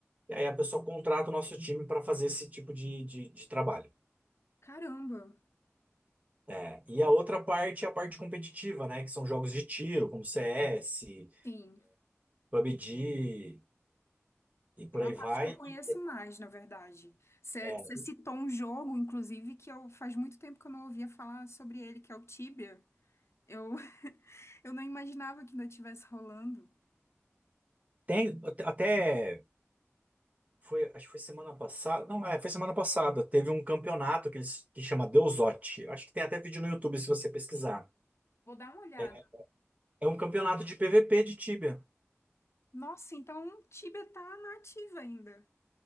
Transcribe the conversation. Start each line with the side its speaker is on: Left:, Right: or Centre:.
Right: E aí a pessoa contrata o nosso time para fazer esse tipo de, de, de trabalho.
Left: Caramba.
Right: É, e a outra parte é a parte competitiva, né? Que são jogos de tiro, como CS,
Left: Sim.
Right: PUBG e por
Left: É uma
Right: aí
Left: parte
Right: vai.
Left: que eu conheço
Right: E,
Left: mais, na verdade. Você
Right: é,
Left: você citou um jogo, inclusive, que eu faz muito tempo que eu não ouvia falar sobre ele, que é o Tibia. Eu, <laughs> eu não imaginava que ainda estivesse rolando.
Right: tem até Foi, acho que foi semana passada. Não, é, foi semana passada. Teve um campeonato que, eles, que chama Deusote. Acho que tem até vídeo no YouTube se você pesquisar.
Left: Vou dar uma olhada.
Right: É é um campeonato de PVP de Tibia.
Left: Nossa, então Tibia tá na ativa ainda.